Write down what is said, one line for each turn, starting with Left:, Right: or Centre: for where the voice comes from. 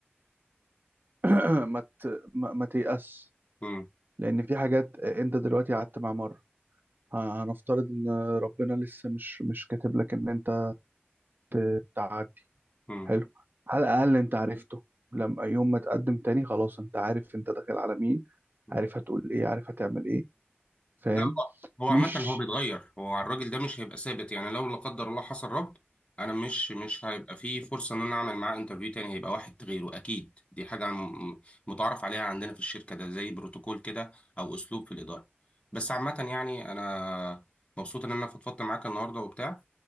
Right: <clears throat> ما ت... ما, ما تيأس
Left: مم.
Right: لان في حاجات انت دلوقتي قعدت مع مره ه- هنفترض ان ربنا لسه مش مش كاتب لك ان انت ت- تعدي
Left: مم.
Right: حلو على الاقل انت عرفته لما يوم ما تقدم تاني خلاص انت عارف انت داخل على مين
Left: مم.
Right: عارف هتقول ايه عارف هتعمل ايه فاهم
Left: لا هو هو
Right: مش
Left: عامة هو بيتغير هو الراجل ده مش هيبقى ثابت يعني لو لا قدر الله حصل ربط انا مش مش هيبقى فيه فرصة ان انا اعمل معاه انترفيو تاني هيبقى واحد غيره اكيد دي حاجة م- متعارف عليها عندنا في الشركة ده زي بروتوكول كده او اسلوب في الإدارة بس عامة يعني انا مبسوط ان انا فضفضت معاك النهاردة وبتاع